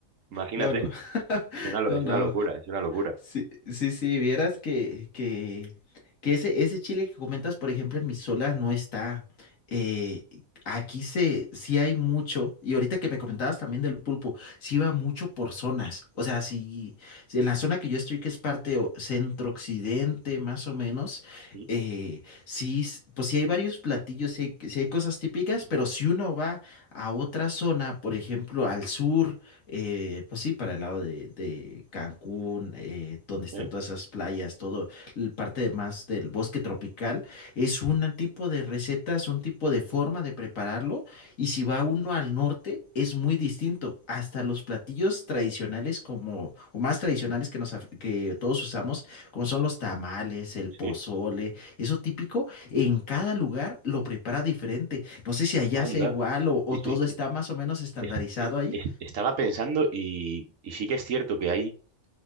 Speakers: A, on the right; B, on the left.
A: Imagínate,
B: No, no, <laughs>
A: es una, lo-
B: no,
A: es
B: no.
A: una locura, es una locura.
B: Sí, sí, sí, vieras que, que, que ese, ese chile que comentas, por ejemplo, en Misola no está. Eh, aquí se, sí hay mucho, y ahorita que me comentabas también del pulpo, sí va mucho por zonas. O sea, si, si en la zona que yo estoy, que es parte o- centro-occidente, más o menos,
A: Mm.
B: eh, sí, s- pues sí hay varios platillos, sí hay, sí hay cosas típicas, pero si uno va a otra zona, por ejemplo, al sur, eh, pues sí, para el lado de, de Cancún, eh, donde están
A: ¿Eh?
B: todas esas playas, todo, el parte más del bosque tropical, es un tipo de recetas, un tipo de forma de prepararlo. Y si va uno al norte, es muy distinto. Hasta los platillos tradicionales como, o más tradicionales que, nos, af- que todos usamos, como son los tamales, el pozole,
A: Sí,
B: eso típico, en cada lugar lo prepara diferente. No sé si allá
A: anda.
B: sea igual o, o
A: Es-
B: todo está
A: es-
B: más o menos estandarizado
A: es-
B: ahí.
A: es- Estaba pensando y, y sí que es cierto que hay,